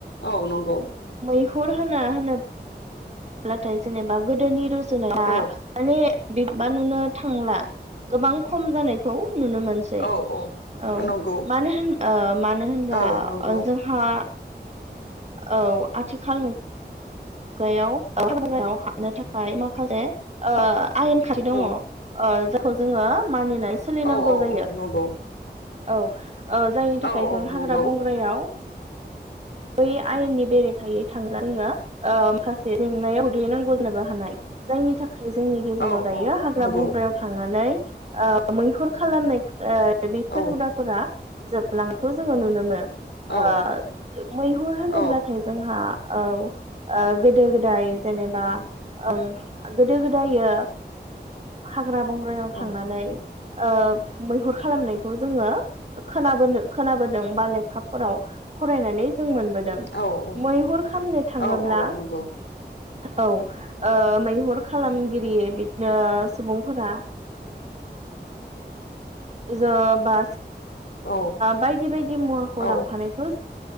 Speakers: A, on the left (about 85°); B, on the right (about 40°).
A: औ नंगौ
B: मैहुर होना हना ब्लाथाय जेनेबा गोदोनि जेनेबा
A: औ
B: माने बेबा नुनो थांला गोबां खम जानायखौ नुनो मोनसै
A: औ औ
B: औ
A: नंगौ
B: मानो होन मानो होनबब्ला
A: औ नंगौ
B: जोंहा औ आथिखाल न खुगायाव हामायाव हाबनो थाखाय माखासे आयेन खाथि दङ
A: औ
B: खौ जोङो मानिनाय सोलिनांगौ
A: औ औ
B: जायो
A: औ नंगौ
B: औ जायनि थाखाय
A: औ औ
B: जों
A: नंगौ
B: हाग्रा बंग्रायाव बै आयेननि बेरेखायै थांब्ला जोङो माखासे जेंनायाव गोग्लैनांगौ जनोबो हानाय जायनि थाखाय जोंनि गेजेराव
A: औ
B: दायो
A: औ
B: हाग्रा
A: नंगौ
B: बंग्रायाव थांनानै मैहुर खालामनाय दा बेफोर
A: औ
B: हुदाफोरा जोबलांथ' जोङो नुनो मोनो आ
A: औ
B: मैहुर होनोब्लाथाय
A: औ
B: जोंहा औ आ गोदो गोदाय जेनेबा ओं गोदो गोदायो हाग्रा बंग्रायाव
A: औ
B: थांनानै ओ मैहुर खालामनायखौ जोङो खोना खोनाबोदों बा लेखाफोराव फरायनानै जों मोन
A: औ औ
B: मैहुर खालामनो थाङोब्ला
A: औ औ नंगौ
B: औ मैहुर खालामगिरि बिदि सुबुंफोरा जं बा
A: औ
B: बायदि बायदि मुवाखौ
A: औ
B: लांफानायखौ